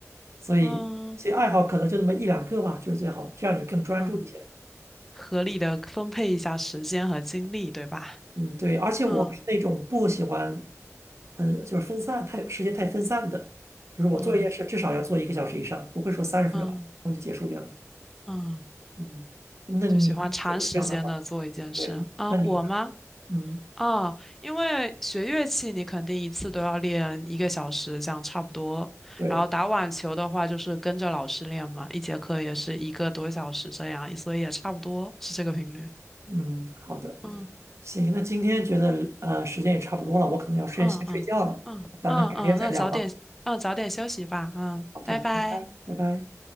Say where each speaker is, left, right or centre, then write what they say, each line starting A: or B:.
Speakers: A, on the right; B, in the centre.
A: 所以，
B: 嗯
A: 所以爱好可能就那么一两个吧，就是最好，这样你更专注一些。
B: 嗯，合理的分配一下时间和精力，对吧？
A: 嗯，对，而且我是那种不喜欢，
B: 嗯
A: 嗯，就是分散太时间太分散的，比如我做一件事至少要做一个小时以上，
B: 嗯
A: 不会说三十分钟然后就结束这样的。
B: 嗯嗯，
A: 嗯，那你也是这样的吗？
B: 就喜欢长时间的做一件事啊，
A: 对，那你呢？
B: 我吗？
A: 嗯，
B: 啊，因为学乐器你肯定一次都要练一个小时，这样差不多。
A: 对，
B: 然后打网球的话，就是跟着老师练嘛，一节课也是一个多小时这样，所以也差不多是这个频率。
A: 嗯，好的，
B: 嗯
A: 行，那今天觉得呃时间也差不多了，我可能要睡先睡觉了，
B: 嗯嗯嗯嗯嗯，
A: 咱们改天再聊吧。
B: 那早点嗯早点休息吧，嗯，
A: 好的，
B: 拜拜。
A: 拜拜，拜拜。